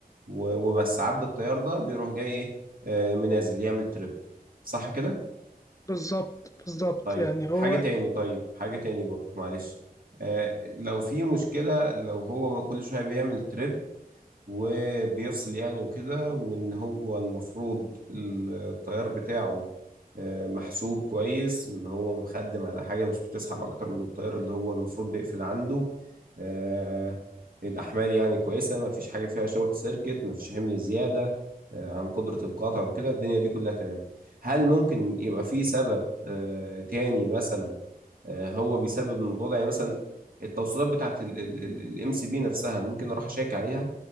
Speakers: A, on the right; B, on the left.
A: و- وبس عدى التيار ده بيروح جاي ايه آه، منازل يعمل تريب صح كده
B: بالظبط بالظبط
A: طيب
B: يعني
A: حاجة
B: هو
A: تاني طيب حاجة تاني برضه معلش آه، لو في مشكلة لو هو كل شوية بيعمل تريب وبيفصل يعني وكده وان هو المفروض التيار بتاعه آه، محسوب كويس ان هو مخدم على حاجة مش بتسحب اكتر من التيار اللي هو المفروض بيقفل عنده آه، الاحمال يعني كويسة ما فيش حاجة فيها شورت سيركت ما فيش حمل زيادة آه، عن قدرة القاطع وكده الدنيا دي كلها تمام هل ممكن يبقى في سبب آه، تاني مثلا آه، هو بيسبب الموضوع ده يعني مثلا التوصيلات بتاعت الام سي بي نفسها ممكن اروح اشيك عليها